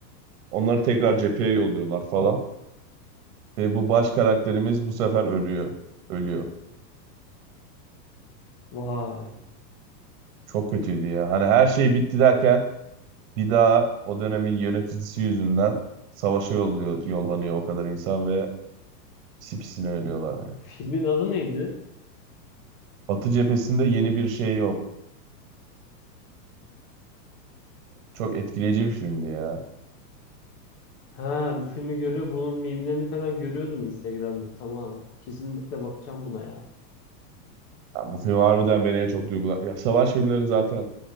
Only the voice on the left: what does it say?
vay.
Filmin adı neydi?
Ha, bu filmi görüyor. Bunun mimlerini falan görüyordum Instagram'da. Tamam. Kesinlikle bakacağım buna ya.